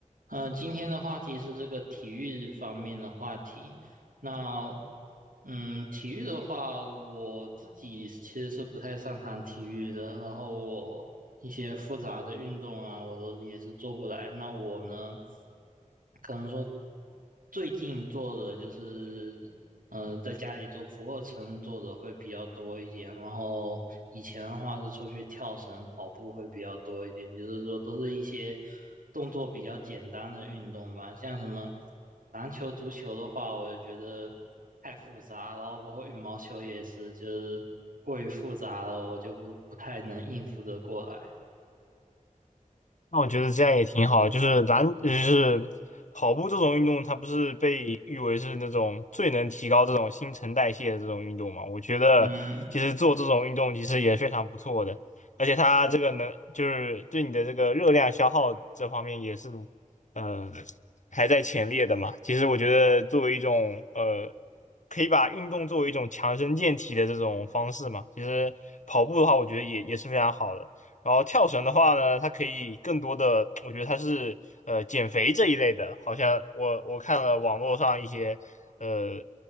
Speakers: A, on the right; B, on the left.
A: 呃，今天的话题是这个体育方面的话题。那嗯，体育的话，我自己其实是不太擅长体育的，然后我一些复杂的运动啊，我都也是做不来。那我呢，可能说最近做的就是，嗯、在家里做俯卧撑做的会比较多一点，然后以前的话是出去跳绳、跑步会比较多一点，就是说都是一些动作比较简单的运动吧，像什么。篮球、足球的话，我就觉得太复杂，然后包括羽毛球也是，就是过于复杂了，我就不不太能应付得过来。
B: 那我觉得这样也挺好，就是篮，就是跑步这种运动，它不是被誉为是那种最能提高这种新陈代谢的这种运动嘛？我觉得其实做这种运动其实也非常不错的，
A: 嗯
B: 而且它这个能就是对你的这个热量消耗这方面也是，呃，排在前列的嘛。其实我觉得作为一种呃，可以把运动作为一种强身健体的这种方式嘛，其实跑步的话，我觉得也也是非常好的。然后跳绳的话呢，它可以更多的，我觉得它是呃减肥这一类的，好像我我看了网络上一些呃